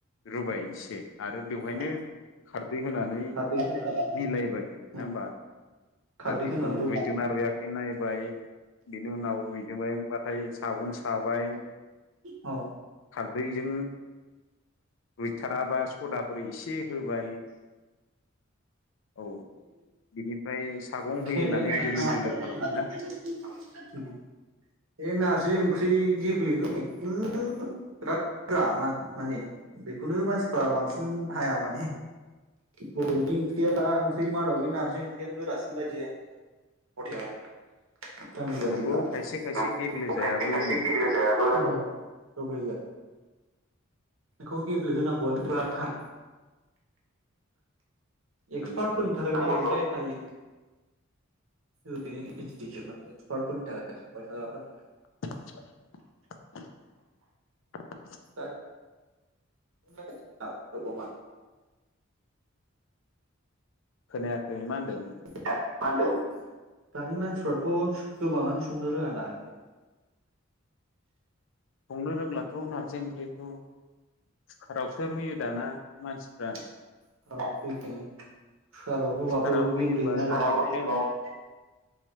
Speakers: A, on the left; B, on the right.
A: रुबाय एसे आरो बेवहायनो
B: ओ
A: खारदै होनानै
B: खारदैखौ होनानै
A: मिलायबाय नङा
B: ओ
A: होमबा?
B: खारदैखौ
A: आरो बेखौ
B: होनानै रुबाय
A: रुइदोंना रुइयाखै नायबाय बिनि उनाव रुइजोबबायब्लाथाय सागं साबाय
B: औ
A: दैजों रुइथाराबा सदाफोर एसे होबाय औ बिनिफ्राय सागं
B: <unintelligible>
A: होयो होननानै दोलो दोलो खालामबाय ना
B: बे नारजि ओंख्रि गेब्लेहोनायखौनो बिराद बा माने बेखौनो मानसिफ्रा बांसिन हाया माने। बर'नि ओंख्रिया ओंख्रि मादाव बे नारजि ओंख्रियानो गोरासै बेबादिनो आ माने <unintelligible>
A: नंगौ
B: खायसे खायसे‌
A: गेब्लेेजायाबो होनो
B: गेबेले जायाबो <unintelligible> बेखौ गेब्लेहोनांगौआनो बिराद थान
A: नंगौथ'
B: एक्सपार्ट फोरनि थाखाय थायो ओरैनो इस एक्सपार्टफोरनि थाखाय संबाय थाग्राफोरनि थाखाय
A: <unintelligible>
B: दा <unintelligible>
A: खोनायाखै मा होनदों।
B: मा होनदों? दानि मानसिफ्राथ' गोबाङानो संनो रोङा दां बे
A: संनो रोंलाथ' नारजि ओंख्रिखौ खुखारावसो रुयो दाना मानसिफ्रा
B: बिदिनो
A: कुकाराव रुयोबा हिटजों